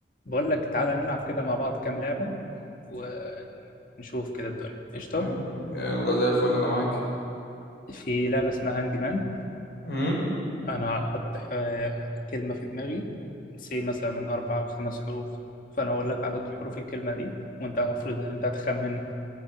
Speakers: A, on the left; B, on the left.
A: بقول لك تعالى نلعب كده مع بعض كام لعبة ونشوف كده الدنيا قشطة
B: أي. يلا زي الفل انا معاك
A: في لعبة اسمها هانج مان
B: امم
A: أنا هحط ح- كلمة في دماغي سي مثلا من أربع أو خمس حروف فأنا هقول لك عدد حروف الكلمة دي وأنت المفروض إن أنت هتخمن